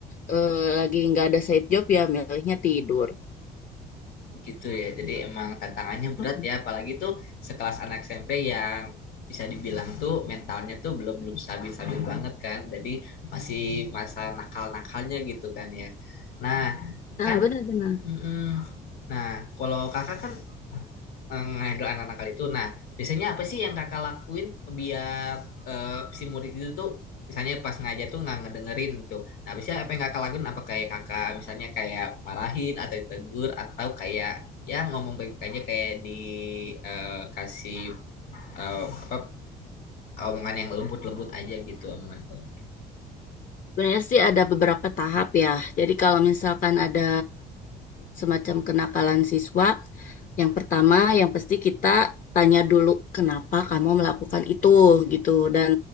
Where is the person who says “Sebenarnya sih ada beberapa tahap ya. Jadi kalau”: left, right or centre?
Left